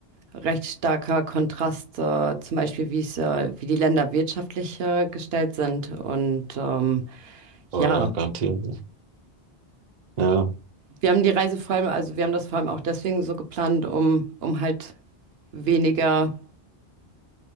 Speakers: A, on the right; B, on the right.
A: recht starker Kontrast, äh, zum Beispiel wie es, äh, wie die Länder wirtschaftlich äh, gestellt sind. Und ähm,
B: Oh
A: ja,
B: ja, garantiert. Ja,
A: wir haben die Reise vor allem, also wir haben das vor allem auch deswegen so geplant, um, um halt weniger